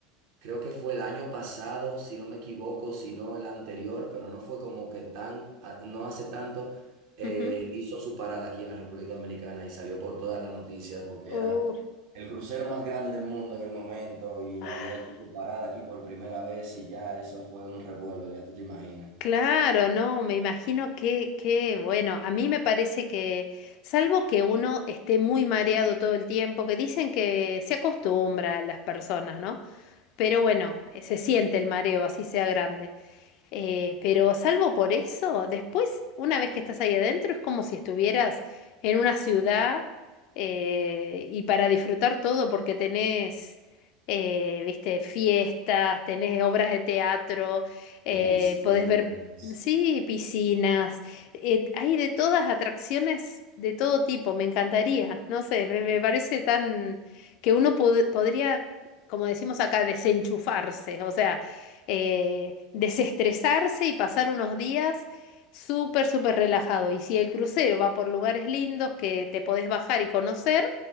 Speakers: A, on the right; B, on the left.
A: Creo que fue el año pasado, si no me equivoco, si no el anterior, pero no fue como que tan, a- no hace tanto, eh,
B: ujú.
A: hizo su parada aquí en la República Dominicana y salió por todas las noticias porque
B: Uf,
A: era el crucero más grande del mundo en el momento y
B: Ah,
A: había hecho su parada aquí por primera vez y ya eso fue un revuelo, ya tú te imaginas.
B: Claro, no, me imagino que, que, bueno, a mí me parece que, salvo que uno esté muy mareado todo el tiempo, que dicen que se acostumbra a las personas, ¿no? Pero bueno, eh, se siente el mareo, así sea grande. Eh, pero salvo por eso, después, una vez que estás ahí adentro, es como si estuvieras en una ciudad eh, y para disfrutar todo, porque tenés, eh, viste, fiestas, tenés obras de teatro, eh,
A: Hay piscinas.
B: podés ver, sí, piscinas, eh, hay de todas atracciones de todo tipo, me encantaría, no sé, me, me parece tan que uno pod- podría, como decimos acá, desenchufarse, o sea eh, desestresarse y pasar unos días súper, súper relajado. Y si el crucero va por lugares lindos que te podés bajar y conocer,